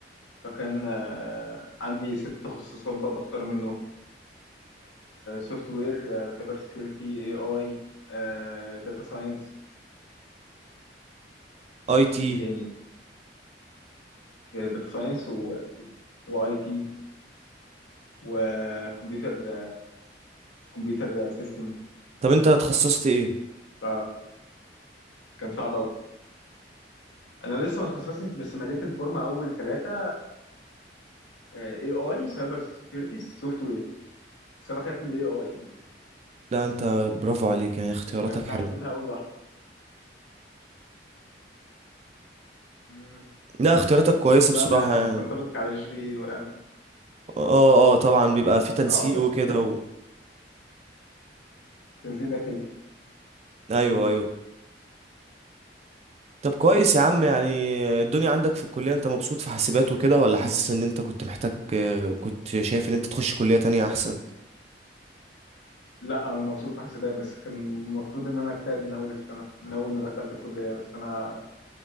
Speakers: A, on the left; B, on the right.
A: فكان آه، عندي ست تخصصات بقى بختار منهم سوفت وير سايبر سكيورتي اي اي داتا ساينس
B: اي تي
A: ايه تاني داتا ساينس واي تي وكمبيوتر كمبيوتر سيستم
B: طب انت تخصصت ايه
A: ف كان صعب قوي انا لسه ما اتخصصتش بس مليت الفورمه اول ثلاثه اي اي سايبر سكيورتي سوفت وير بس انا خايف من الاي اي يعني
B: لا انت برافو عليك يعني اختياراتك
A: مع انها
B: حلوه
A: حطيتها اول واحده مم.
B: لا اختياراتك كويسه
A: بقى
B: بصراحه
A: ما
B: يعني
A: بتنطبق على الجي بي و-
B: اه اه آه، طبعا بيبقى في تنسيق
A: اه بس
B: وكده
A: ستيل
B: و...
A: تنسيق داخلي
B: ايوه ايوه طب كويس يا عم يعني الدنيا عندك في الكليه انت مبسوط في حاسبات وكده ولا حاسس ان انت كنت محتاج كنت شايف ان انت تخش كليه تانية احسن
A: لا انا مبسوط في حسابات بس كان المفروض ان انا اجتهد من اول السنه من اول ما دخلت الكليه بس انا